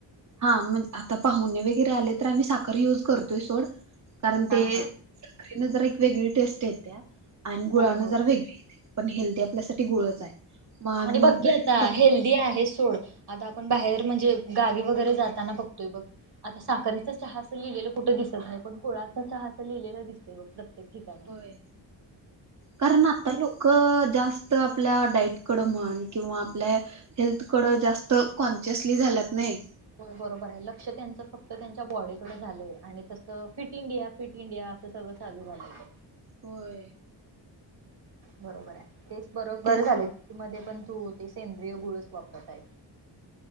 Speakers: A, on the right; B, on the right.
A: हा. म्हणजे आता पाहुणे वगैरे आले तर, आम्ही साखर युज करतोय सोड. कारण
B: हा
A: ते
B: हा
A: हेन जरा एक वेगळी टेस्ट येत्या आणि गुळान
B: होय होय
A: जरा वेगळी पण हेल्दी आपल्यासाठी गुळच आहे. मग आम्ही
B: आणि बघ
A: घरीच
B: की आता,
A: करता
B: हेल्दी आहे सोड आता आपण बाहेर म्हणजे, गावी वगैरे जाताना. बघतोय बघ, आता साखरेच चहा असं लिहिलेलं कुठं दिसत नाही. पण गुळाचा चहा असं लिहिलेलं दिसते बघ. प्रत्येक ठिकाणी
A: होय. कारण आ ता लोक जास्त आपल्या डाईट कड म्हण किंवा आपल्या हेल्थकडं जास्त कॉन्शियसली झाल्यात नाही.
B: हो बरोबर आहे. लक्ष त्यांच फक्त त्यांच्या बॉडीकडे झालंय आणि तस फिट इंडिया, फिट इंडिया ते सगळं चालू झालेलं.
A: होय.
B: बरोबर आहे. तेच बरोबर
A: मग तेच
B: झाले. मध्यें पणं तूं ते सेंद्रिय गुळंच वापरता ये